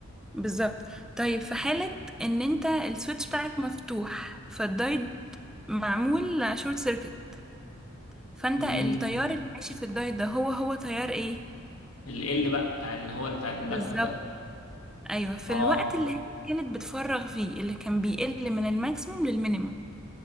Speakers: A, in the centre; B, on the left.
A: بالظبط طيب في حالة ان انت السويتش بتاعك مفتوح فالدايت معمول شورت سيركت فانت
B: امم
A: التيار اللي ماشي في الدايت ده هو هو تيار ايه
B: ال بقى بتاع اللي هو بتاع الاندكتور
A: بالظبط
B: ده
A: ايوه في
B: اه
A: الوقت اللي هي كانت بتفرغ فيه اللي كان بيقل من الماكسيموم للمينيمم